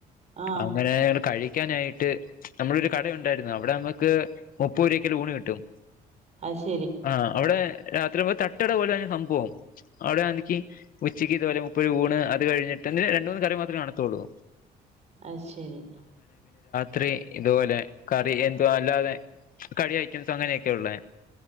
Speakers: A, on the right (about 40°); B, on the left (about 55°).
A: ആഹ്
B: അങ്ങനെ കഴി ക്കാനായിട്ട് നമ്മടൊരു കട ഉണ്ടായിരുന്നു അവിടെ നമക്ക് മുപ്പരൂപക്ക് ലോണ് കിട്ടും
A: അത്ശ
B: ആ അവിടെ രാത്രി മൊ--. തട്ടുകട പോലെ തന്നെ സംഭവം അവിടെ എനിക്ക് ഉച്ചക്ക് ഇതുപോലെ മുപ്പരുപ ഊണ് അത് കഴിഞ്ഞിട്ട് രണ്ട് മൂന്ന് കറി മാത്രമേ കാണാത്തൊള്ളൂ.
A: അ ശരി.
B: ത്രി ഇതുപോലെ കറി എന്തുവ അല്ലാതെ കടി ഐറ്റംസ് അങ്ങനെയൊക്കെ ഒള്ള.